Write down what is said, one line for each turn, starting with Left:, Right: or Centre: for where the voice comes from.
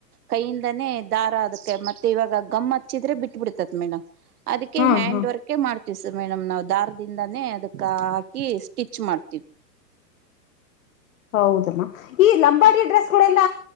Right: ಕೈಯಿಂದಾನೇ. ದಾರ ಅದಕ್ಕೆ ಮತ್ತೆ ಇವಾಗ ಗಮ್ಮ ಹಚ್ಚಿದ್ರೆ ಬಿಟ್ ಬಿಟ್ಬುಡ್ತಾತ್ ಮೇಡಮ್ ಅದೀಕ್ಕೆ
Left: ಹ್ಮ್
Right: ಹ್ಯಾಂಡ್
Left: ಹ್ಮ್
Right: ವರ್ಕ್. ಮಾಡ್ತೀವಿ ಸ್ ಮೇಡಮ್ ನಾವ್ ದಾರದಿಂದಾನೇ ಅದಕ್ಕ ಹಾಕಿ ಸ್ಟಿಚ್ ಮಾಡ್ತೀವಿ.
Left: ಹೌದಮ್ಮ ಈ ಲಂಬಾಡಿ ಡ್ರೆಸ್ ಗೊಳೆಲ್ಲ